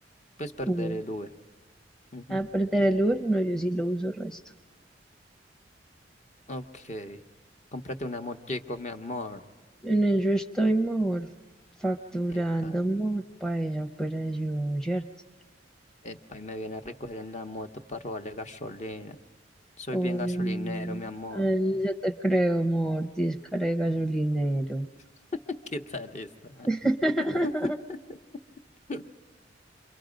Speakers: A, on the left; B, in the centre.
A: pues perder
B: Uber.
A: el Uber. Ujú.
B: Ah, perder el Uber, no, yo sí lo uso resto.
A: Ok. Cómprate una motico, mi amor.
B: En eso estoy mejor facturando
A: Epa,
B: mejor para esa operación, ¿cierto?
A: epa, y me viene a recoger en la moto para robarle gasolina. Soy
B: Obvio.
A: bien gasolinero,
B: amor.
A: mi amor.
B: Ay, ya te creo, amor. 10 cara de gasolinero.
A: <laughs> ¿Qué tal está?
B: <laughs>
A: <laughs>